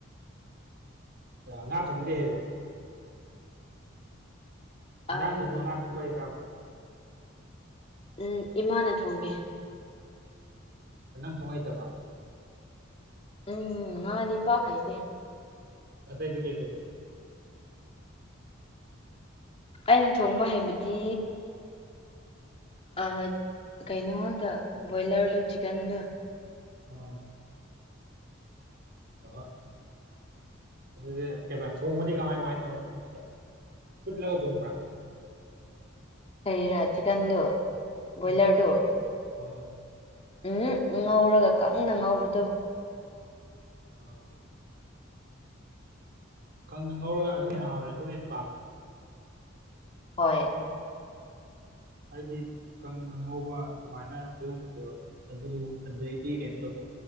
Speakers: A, on the right (about 55°); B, on the left (about 30°).
A: ꯑ ꯉꯥ ꯊꯣꯡꯕꯗꯤ ꯍꯩꯕ꯭ꯔ‌ꯣ ꯏꯟꯖꯥꯡ
B: ꯑꯝ
A: ꯊꯣꯡꯕ ꯉꯥ ꯊꯣꯡꯕ ꯍꯩꯕ꯭ꯔꯕ
B: ꯎꯝ ꯏꯃꯥꯅ ꯊꯣꯡꯉꯦ
A: ꯑꯣ ꯅꯪ ꯊꯣꯡ ꯍꯩꯇꯕ
B: ꯎꯝ ꯉꯥꯗꯤ ꯄꯥꯛ ꯍꯩꯇꯦ
A: ꯑꯇꯩꯗꯤ ꯀꯩ ꯀꯩ ꯍꯩ
B: ꯑꯩꯅ ꯊꯣꯡꯕ ꯍꯩꯕꯗꯤ ꯑꯥ ꯀꯩꯅꯣ ꯉꯥꯛꯇ ꯕꯣꯏꯂ꯭ꯔꯗꯨ ꯆꯤꯛꯀꯟꯗꯨ
A: ꯑꯣ ꯑꯣꯍꯥ ꯑꯗꯨꯗꯤ ꯀꯩꯕ ꯊꯣꯡꯕꯗꯤ ꯀꯃꯥꯏ ꯀꯃꯥꯏ ꯊꯣꯡꯉꯤ ꯅꯣꯢꯗꯤ ꯐꯨꯠꯂꯒ ꯊꯣꯡꯕ꯭ꯔꯥ
B: ꯀꯩꯔꯥ ꯆꯤꯛꯀꯟꯗꯨ ꯕꯣꯏꯂꯔꯗꯨ
A: ꯎꯝ ꯍꯣꯏ
B: ꯎꯝ ꯉꯧꯔꯒ ꯀꯪꯅ ꯉꯧꯕꯗꯣ
A: ꯇꯥꯕ꯭ꯔꯣ ꯀꯪꯅ ꯉꯧꯔꯒ ꯑꯗꯨ ꯍꯦꯟꯅ ꯍꯥꯎꯔꯦ ꯑꯗꯨꯅ ꯍꯦꯟꯅ ꯄꯥꯝꯃꯦ
B: ꯍꯣꯏ
A: ꯑꯩꯗꯤ ꯀꯪꯅ ꯉꯧꯕ ꯑꯗꯨꯃꯥꯏꯅ ꯑꯗꯨꯒꯨꯝꯕꯗꯣ ꯑꯗꯨ ꯑꯗꯩꯗꯤ ꯀꯩꯅꯣ ꯇꯧꯕꯗꯣ